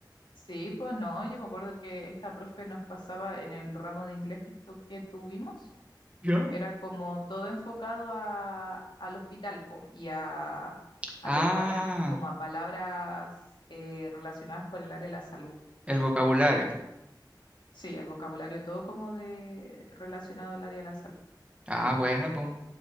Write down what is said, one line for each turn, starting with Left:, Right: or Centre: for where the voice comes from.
Left: Sí, pues no, yo me acuerdo que esta profe nos pasaba en el ramo de inglés que, estu- que tuvimos.
Right: ¿Ya?
Left: Era como todo enfocado a, al hospital, po, y a, al
Right: Ah,
Left: lenguaje, como a palabras eh, relacionadas con el área de la salud.
Right: el vocabulario.
Left: Sí, al vocabulario todo como de relacionado al área de la salud.
Right: Ah, bueno, pues.